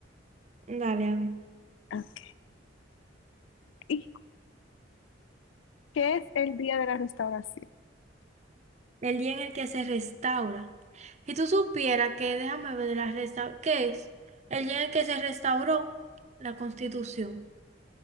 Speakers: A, on the right; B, on the left.
A: Dale, a ver.
B: Ok. ¿Y qué es el Día de la Restauración?
A: El día en el que se restaura. Si tú supieras que, déjame ver la resta, ¿qué es? El día en el que se restauró la Constitución.